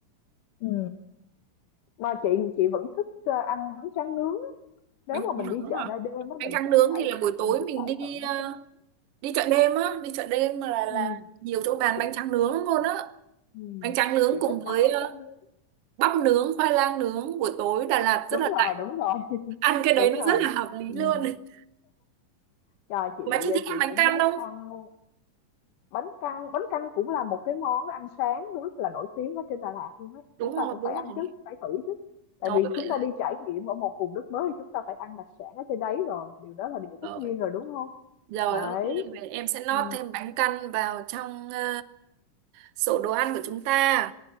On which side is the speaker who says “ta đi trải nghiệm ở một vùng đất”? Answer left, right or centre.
Left